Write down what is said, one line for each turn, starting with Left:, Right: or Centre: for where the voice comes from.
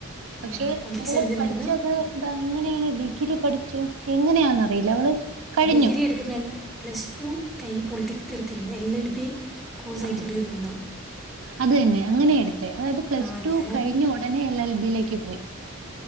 Centre: ആ
Right: പക്ഷെ
Centre: പൊളിറ്റിക്സ്
Right: അവള്
Centre: എടുത്തിട്ടുണ്ടായിരുന്നു
Right: പഠിച്ചത് എന്താ എങ്ങനെയാണ് ഡിഗ്രി പഠിച്ചു എങ്ങനെയാന്ന്റിയില്ല അവള് കഴിഞ്ഞു
Centre: ഡിഗ്രി എടുക്കുന്നുട് പ്ലസ് ടു കൈ പൊളിറ്റിക്ടുത്തിട്ടുണ്ട് എൽ എൽ ബി കോഴ്സായിട്ട്
Right: ആഹ്
Centre: എടുക്കുന്നുണ്ടാവും
Right: അത് തന്നെ അങ്ങനെയ എടുത്തെ അതായത് പ്ലസ്
Centre: ആ
Right: ടു
Centre: ഞാൻ
Right: കഴിഞ്ഞ ഒ തന്നെ എ ൽ ബി ലേക്ക് പോയി